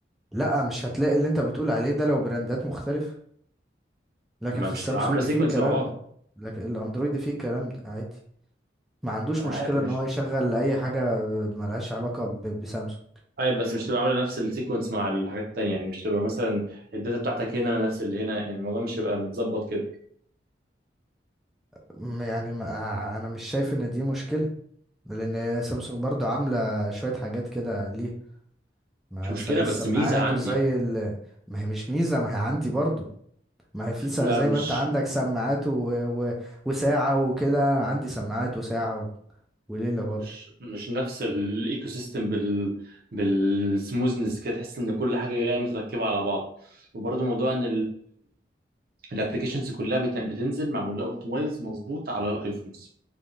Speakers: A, in the centre; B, on the right.
A: لا مش هتلاقي اللي انت بتقول عليه ده لو براندات مختلفه لكن
B: ما
A: في
B: مش
A: السامسونج
B: تبقى عامله سيكونس
A: فيه الكلام
B: مع بعض
A: ده لكن الاندرويد فيه الكلام ده عادي ما عندوش
B: انا
A: مشكله
B: عارف مش
A: ان هو يشغل اي حاجه ملهاش علاقه ب- بسامسونج
B: اي بس مش تبقى عامله نفس السيكونس مع الحاجات التانية يعني مش تبقى مثلا الداتا بتاعتك هنا نفس اللي هنا يعني الموضوع مش هيبقى متظبط كده
A: م- يعني ما انا مش شايف ان دي مشكله لان سامسونج برضو عامله شويه حاجات كده ليها ما
B: مش مشكله
A: زي السماعات
B: بس ميزه عندي
A: وزي ال... ما هي مش ميزة ما هي عندي برضو ما هي في س-
B: لا
A: زي
B: مش
A: ما انت عندك سماعات و... و... وساعة وكده أنا عندي سماعات وساعة و... وليلة برضو
B: مش مش نفس الايكو سيستم بال بالسموزنس كده تحس ان كل حاجه جايه متركبه على بعض وبرضه موضوع ان الابلكيشنز كلها بت- بتنزل معمول لها اوبتمايز مظبوط على الايفونز